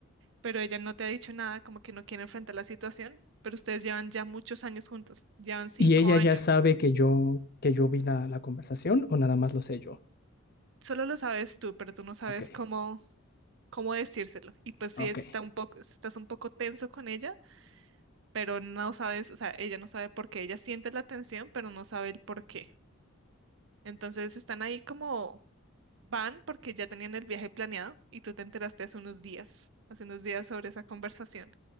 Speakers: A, on the right; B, on the left.
A: pero ella no te ha dicho nada, como que no quiere enfrentar la situación, pero ustedes llevan ya muchos años juntos, llevan 5
B: ¿Y ella
A: años.
B: ya sabe que yo, que yo vi la, la conversación o nada más lo sé yo?
A: Solo lo sabes tú, pero tú no sabes
B: Ok,
A: cómo cómo decírselo. Y pues sí
B: ok,
A: está un poco, si estás un poco tenso con ella, pero no sabes, o sea, ella no sabe por qué, ella siente la tensión, pero no sabe el por qué. Entonces están ahí como van porque ya tenían el viaje planeado y tú te enteraste hace unos días, hace unos días sobre esa conversación.